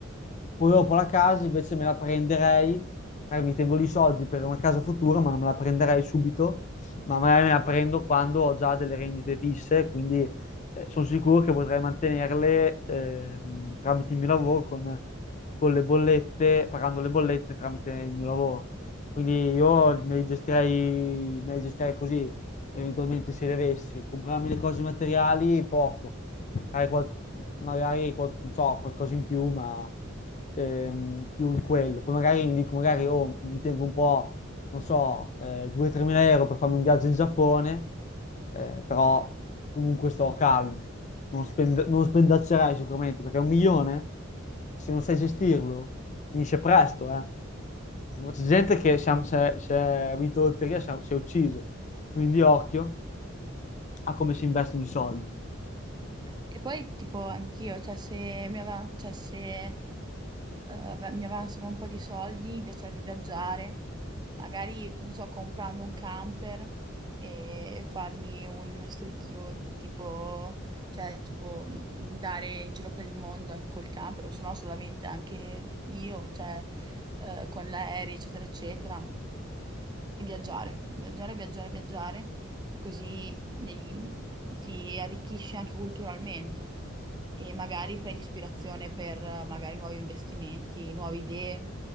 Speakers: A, on the left; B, on the right.
A: poi dopo la casa invece me la prenderei, magari mi tengo lì i soldi per una casa futura, ma non me la prenderei subito ma magari me la prendo quando ho già delle rendite fisse, quindi eh, sono sicuro che potrei mantenerle eh, tramite il mio lavoro con, con le bollette, pagando le bollette tramite il mio lavoro. Quindi io me le gestirei, me le gestirei così, eventualmente se le avessi. Comprarmi le cose materiali, poco hai qual- magari qual- so, qualcosa in più, ma ehm, più in quello. Poi magari mi dico, magari oh, mi tengo un po', non so, eh, 2-3 mila euro per farmi un viaggio in Giappone, eh, però comunque sto calmo. Non, spend- non spendaccerai sicuramente, perché un milione, se non sai gestirlo, finisce presto, eh. C'è gente che si è, si è- si è vinto la lotteria, si è, si è ucciso. Quindi occhio a come si investono i soldi.
B: E poi tipo anch'io, cioè se mi ava- cioè, se, eh, ave- mi avanzano un po' di soldi, mi piacerebbe viaggiare, magari, non so, comprando un camper e farmi uno street road tipo, cioè tipo mh, andare in giro per il mondo anche col camper, o se no solamente anche io, cioè eh, con l'aereo, eccetera, eccetera. E viaggiare, viaggiare, viaggiare, viaggiare, così negli- ti arricchisci anche culturalmente e magari prendi ispirazione per eh, magari nuovi investimenti, nuove idee,